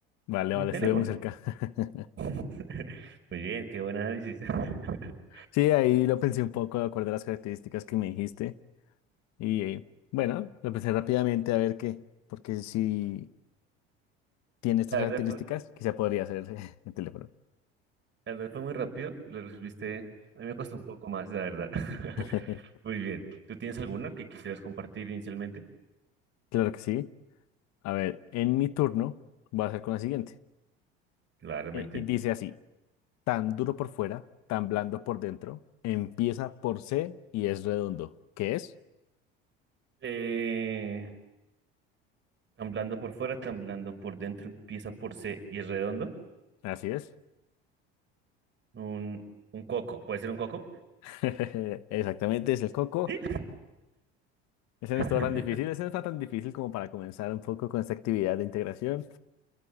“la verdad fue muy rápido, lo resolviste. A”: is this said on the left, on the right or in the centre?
Right